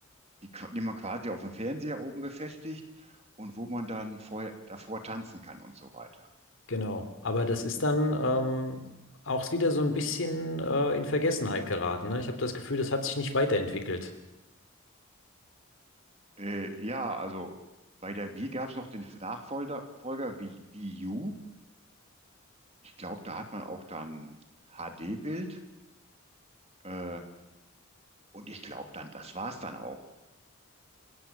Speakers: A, on the right; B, on the left.
A: die, qua- die man quasi auf dem Fernseher oben befestigt und wo man dann vorher, davor tanzen kann und so weiter.
B: Genau. Aber das ist dann ähm, auch wieder so ein bisschen äh, in Vergessenheit geraten. Ne? Ich habe das Gefühl, das hat sich nicht weiterentwickelt.
A: Äh, ja, also bei der Wii gab es noch den Nachfolger Folger wie Wii U. Ich glaube, da hat man auch dann HD-Bild. Äh, und ich glaube dann, das war's dann auch.